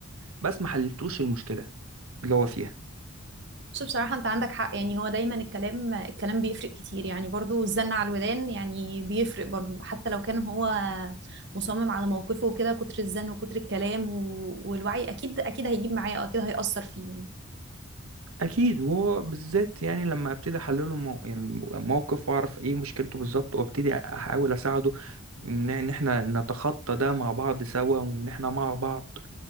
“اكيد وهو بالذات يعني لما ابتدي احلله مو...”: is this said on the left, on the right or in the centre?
Right